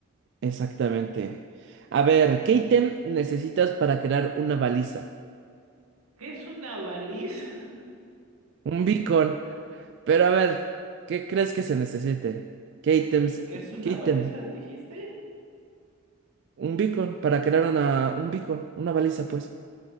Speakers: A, on the right; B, on the right.
A: Exactamente. A ver, ¿qué ítem necesitas para crear una baliza?
B: ¿Qué es una baliza?
A: Un beacon. Pero a ver, ¿qué crees que se necesite? ¿Qué ítems?
B: <laughs> ¿Pero qué es una
A: ¿Qué ítem?
B: baliza, dijiste?
A: Un beacon para crear una, un beacon, una baliza, pues.